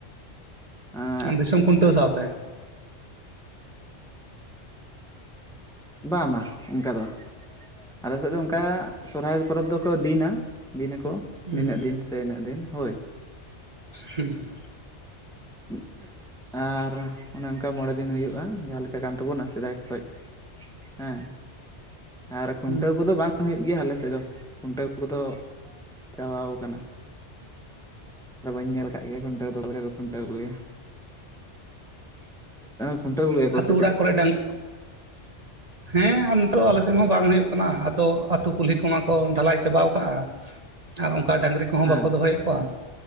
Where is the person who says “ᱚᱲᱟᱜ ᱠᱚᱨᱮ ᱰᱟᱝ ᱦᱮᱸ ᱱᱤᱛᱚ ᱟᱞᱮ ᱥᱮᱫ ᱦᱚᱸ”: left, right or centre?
Right